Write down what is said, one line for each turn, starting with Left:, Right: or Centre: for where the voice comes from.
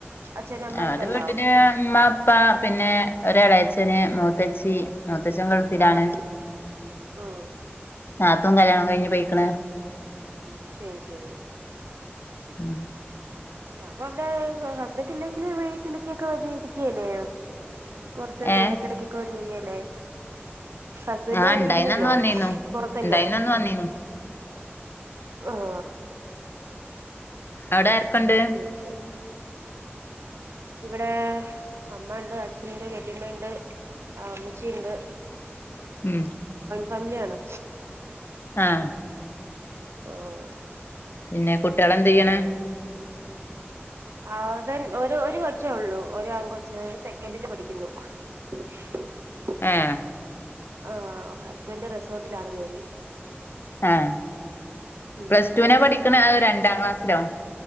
Right: അച്ഛനും അമ്മയൊക്കെ
Left: അവടെ
Right: ഉണ്ടോ
Left: വീട്ടില് അമ്മ അപ്പ പിന്നെ ഒരടയച്ച്ചന് മൂത്തച്ചി മൂ ദേശം ഗൾഫിലാണ്
Right: ആഹ് ഉം
Left: നാത്തും കല്യാണം കഴിഞ്ഞഞ് പോയി അള
Right: ശരി ശരി
Left: ഉം
Right: അപ്പ അവിടെ ഹസ്ബന്റ് ഇല്ലെങ്കില് വീട്ടിലേക്കൊക്കെ വന്ന ഇരിക്കല്ലേ കൊറച്ചൊ <unintelligible>
Left: ഏഹ്
Right: ഇടക്കിടക്കൊക്കെ <unintelligible> ഹസ്ബൻറ്
Left: ആഹ്
Right: അടലില്ലല്ലോ
Left: ഇണ്ടായിന്നന്ന് വന്നീന്നു
Right: പൊറത്തല്ലേ.
Left: ഇണ്ടായിന്നന്ന് വന്നീന്നു
Right: ആഹ
Left: അവിടെ ആരൊക്കെണ്ട്
Right: ശരി ശരി ഇവിടെ അമ്മ ഉണ്ട്, അച്ഛനുണ്ട് വെല്ല്യമ്മണ്ട്, അമ്മച്ചിയുണ്ട്.
Left: ഉം
Right: ഫാമിലിയ ആണ്
Left: ആഹ്
Right: ആഹ
Left: പിന്നെ കുട്ടികളെന്ത് ചെയ്യണ്?
Right: ആ അവൻ ഒരു ഒരു കൊച്ചേ ഉള്ളു, ഒരു ആൺകൊച്ചൻ സെക്കൻഡില് പഠിക്കുന്നു. <inaudible>
Left: ആഹ
Right: ആ ഹസ്ബന്റെ റിസോർട്ടിലാണ് ജോലി.
Left: ആഹ
Right: ഉം
Left: പ്ലസ് ടുവിനെ പഠിക്കണ രണ്ടാം ക്ലാസ്സിലോ